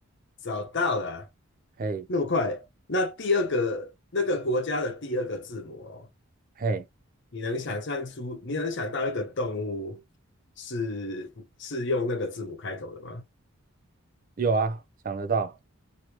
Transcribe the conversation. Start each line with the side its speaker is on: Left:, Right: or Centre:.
Left: 找到了啊，
Right: 嘿
Left: 那么快。那第二个那个国家的第二个字母哦，
Right: 嘿，
Left: 你能想象出，你能想到一个动物是是用那个字母开头的吗？
Right: 有啊，想得到，